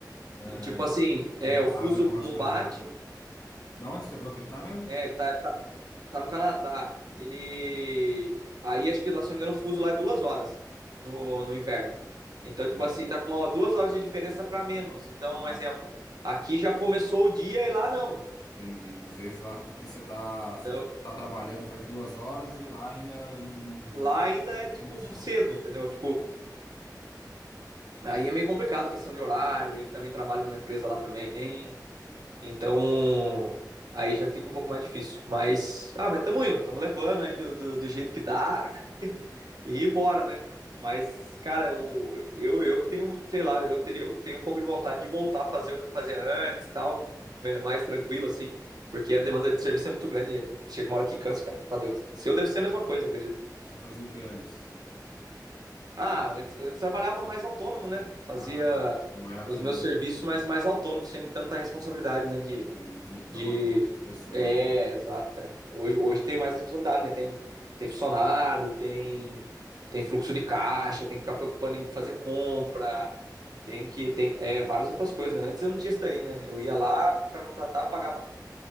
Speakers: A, on the left; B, on the right.
A: Ah,
B: E, tipo assim, é,
A: não
B: o
A: casa
B: fuso
A: com as
B: não
A: coisas
B: bate.
A: daqui. Da onde que você falou que ele tá mesmo?
B: É, ele tá, tá Tá no Canadá. Ele. Aí acho que lá, se não me engano, o fuso lá é duas horas no, no inverno. Então, tipo
A: Entendi.
B: assim, tá com uma- duas horas de diferença para menos. Então,
A: Lá,
B: um exemplo, aqui já começou o dia e lá não.
A: entendi. Às vezes lá, aqui você tá, você
B: Então,
A: tá trabalhando faz duas horas e lá ainda ele não
B: lá ainda
A: não
B: é tipo
A: começou.
B: cedo, entendeu? Tipo, aí é meio complicado questão de horário. Ele também trabalha numa empresa lá também. Então, aí já fica um pouco mais difícil. Mas, ah, mas tamo indo, tamo levando aí do, do, do jeito que dá. e bora, né? Mas, cara, eu, eu, eu tenho, sei lá, eu teria eu tenho um pouco de vontade de voltar a fazer o que eu fazia antes e tal, é, mais tranquilo, assim, porque a demanda de serviço é muito grande. né? Chega uma hora que cansa, cara, tá doido. Seu deve ser a mesma coisa, eu acredito.
A: Você fazia o que antes?
B: Ah, antes, antes trabalhava mais autônomo, né? Fazia
A: Ah, tá. Não era
B: os
A: tão.
B: meus
A: Não,
B: serviços, mas
A: não
B: mais autônomo, sem tanta responsabilidade, né? De
A: é, não tinha que
B: de.
A: tomar conta de pessoas.
B: É, exato. é. Hoje, hoje tem mais responsabilidade, né? Tem, tem funcionário, tem, tem fluxo de caixa, tem que ficar preocupando em fazer compra, tem que. Tem é, várias outras coisas, né? Antes eu não tinha isso daí, né? Eu ia lá, o cara contratava, pagava